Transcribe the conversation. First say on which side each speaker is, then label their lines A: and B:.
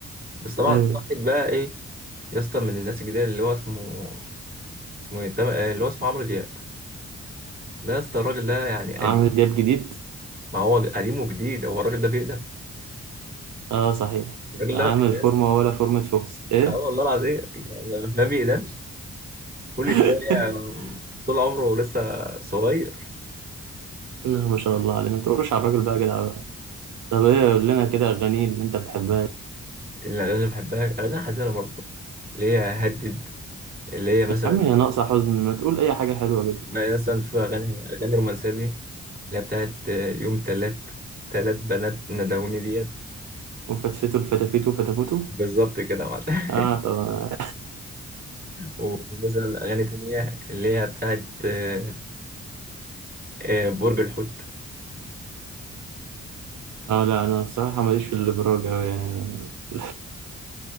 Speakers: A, on the right (about 30°); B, on the right (about 75°).
A: بس طبعا
B: أيوه
A: في واحد بقى ايه يا اسطى من الناس الجديده اللي هو اسمه اسمه ايه تم- اللي هو اسمه عمرو دياب ده يا اسطى الراجل ده يعني
B: عامل
A: قديم
B: دياب جديد
A: ما هو قديم وجديد هو الراجل ده بيقدم
B: أه صحيح
A: الراجل
B: عامل
A: ده ما بيقدمش
B: فورمة ولا فورمة فوكس إيه؟
A: اه والله العظيم يعني ما بيقدمش كل
B: <laughs>
A: شويه طول عمره لسه صغير
B: لا ما شاء الله عليه ما تقولش على الراجل بقى يا جدع طب ايه قول لنا كده اغاني اللي انت بتحبها
A: الاغاني اللي بحبها اغاني حزينه برضه اللي هي هدد اللي هي مثلا
B: يا عم يا ناقصه حزن ما تقول اي حاجه حلوه جدا
A: ما- مثلا في اغاني اغاني رومانسيه ليه اللي هي بتاعت يوم تلات تلات بنات ندهوني ديت
B: وفتفتو الفتافيتو فتافوتو
A: بالظبط كده يا معلم <laughs>
B: اه طب
A: ومثلا اغاني تانية اللي هي بتاعت آه، آه، برج الحوت
B: اه لا انا بصراحه ماليش في الابراج اوي يعني <laughs> أنا-